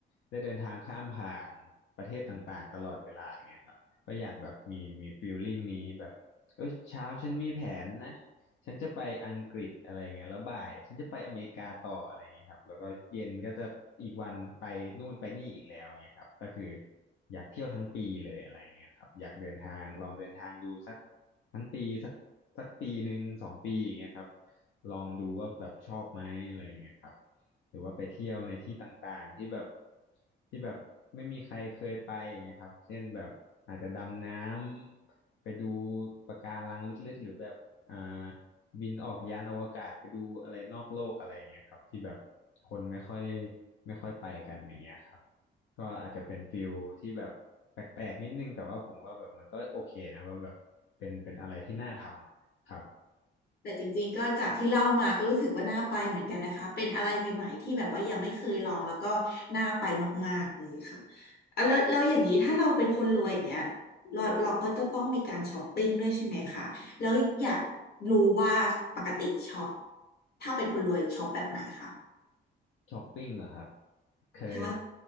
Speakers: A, on the left; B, on the left.
A: ได้เดินทางข้ามผ่านประเทศต่างๆตลอดเวลาอย่างเงี้ยครับก็อยากแบบมีมีฟีลลิ่งนี้แบบเอ้ยเช้าฉันมีแผนนะฉันจะไปอังกฤษอะไรเงี้ยแล้วบ่ายฉันจะไปอเมริกาต่ออะไรเงี้ยครับแล้วก็เย็นก็จะอีกวันไปนู่นไปนี่อีกแล้วเงี้ยครับก็คืออยากเที่ยวทั้งปีเลยอะไรเงี้ยครับอยากเดินทางลองเดินทางดูสัก ทั้งปีสักสักปีหนึ่งสองปีอย่างเงี้ยครับลองดูว่าแบบชอบไหมอะไรอย่างเงี้ยครับหรือว่าไปเที่ยวในที่ต่างๆที่แบบที่แบบไม่มีใครเคยไปอย่างเงี้ยครับเช่นแบบอาจจะดำน้ำไปดูปะการังลึกๆหรือแบบอ่าบินออกยานอวกาศไปดูอะไรนอกโลกอะไรอย่างเงี้ยครับที่แบบคนไม่ค่อยไม่ค่อยไปกันอย่างเงี้ยครับ ก็อาจจะเป็นฟิลที่แบบแปลกๆนิดนึงแต่ว่าผมว่าแบบมันก็โอเคนะว่าแบบเป็นเป็นอะไรที่น่าทำอ่ะครับ
B: แต่จริงๆก็จากที่เล่ามาก็รู้สึกว่าน่าไปเหมือนกันนะคะเป็นอะไรใหม่ๆที่แบบว่ายังไม่เคยลองแล้วก็น่าไปมากๆเลยค่ะอ่ะแล้วแล้วอย่างนี้ถ้าเราเป็นคนรวยอย่างเงี้ยเราเราก็จะต้องมีการช้อปปิ้งด้วยใช่ไหมคะแล้วอยากรู้ว่าปกติช็อปถ้าเป็นคนรวยช็อปแบบไหนคะ
A: ช้อปปิ้งเหรอครับเคย
B: ใช่